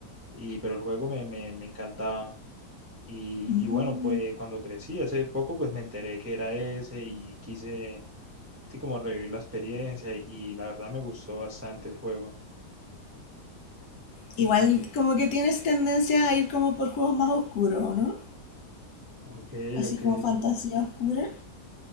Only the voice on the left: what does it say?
Mm.
Igual como que tienes tendencia a ir como por juegos más oscuros, ¿o ¿no?
Así
como fantasía oscura.